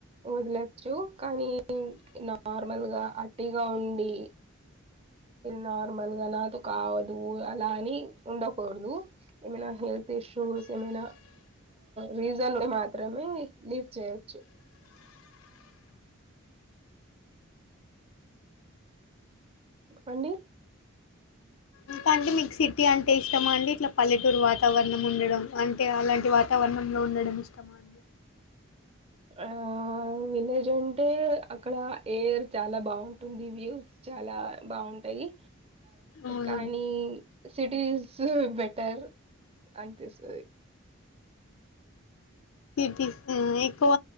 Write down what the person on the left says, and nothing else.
ఇంకా అండి మీకు సిటీ అంటే ఇష్టమా అండి ఇట్లా పల్లెటూరు వాతావరణం ఉండడం అంటే అలాంటి వాతావరణంలో ఉండడం ఇష్టమా అండి
అవునండి
సిటీస్ ఎక్కువ